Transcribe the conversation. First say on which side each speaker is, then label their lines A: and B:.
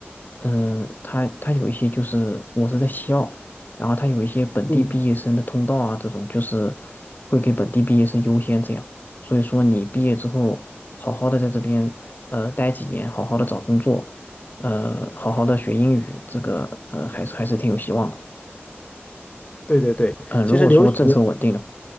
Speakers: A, on the left; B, on the left.
A: 嗯、它它有一些就是我是在西澳，然后它有一些本地毕业生的通道啊，
B: 嗯，
A: 这种就是会给本地毕业生优先这样。所以说你毕业之后，好好的在这边呃待几年，好好的找工作，呃，好好的学英语，这个呃还是还是挺有希望的。
B: 对对对，
A: 嗯、
B: 其实留学。
A: 如果说政策稳定的话。